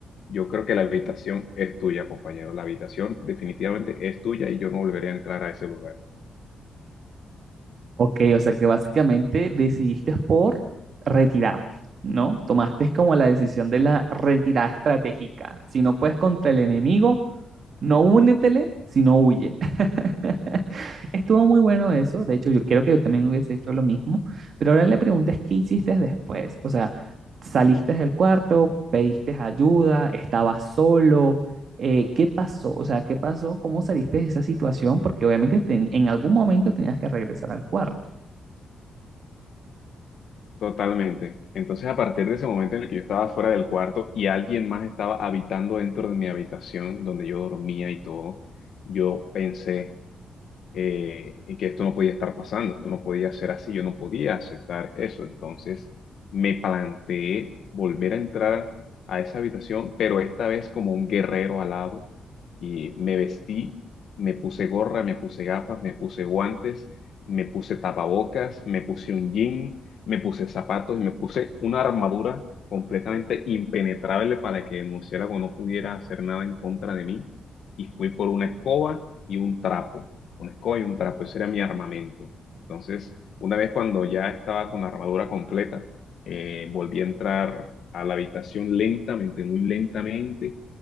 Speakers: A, on the left; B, on the right.
A: Yo creo que la habitación es tuya, compañero. La habitación definitivamente es tuya y yo no volveré a entrar a ese lugar.
B: Ok, o sea que básicamente decidiste por retirarte, ¿no? Tomaste como la decisión de la retirada estratégica. Si no puedes contra el enemigo, No únetele, sino huye. <laughs> Estuvo muy bueno eso. De hecho, yo creo que yo también hubiese hecho lo mismo. Pero ahora la pregunta es, ¿qué hiciste después? O sea, ¿saliste del cuarto? ¿Pediste ayuda? ¿Estabas solo? Eh, ¿qué pasó? O sea, ¿qué pasó? ¿Cómo saliste de esa situación? Porque obviamente ten- en algún momento tenías que regresar al cuarto.
A: Totalmente. Entonces, a partir de ese momento en el que yo estaba fuera del cuarto y alguien más estaba habitando dentro de mi habitación donde yo dormía y todo, yo pensé eh, y que esto no podía estar pasando, esto no podía ser así, yo no podía aceptar eso. Entonces me planteé volver a entrar a esa habitación, pero esta vez como un guerrero alado y me vestí, me puse gorra, me puse gafas, me puse guantes, me puse tapabocas, me puse un jean, me puse zapatos y me puse una armadura completamente impenetrable para que el murciélago no pudiera hacer nada en contra de mí. Y fui por una escoba y un trapo una escoba y un trapo, ese era mi armamento. Entonces, una vez cuando ya estaba con la armadura completa, eh, volví a entrar a la habitación lentamente, muy lentamente,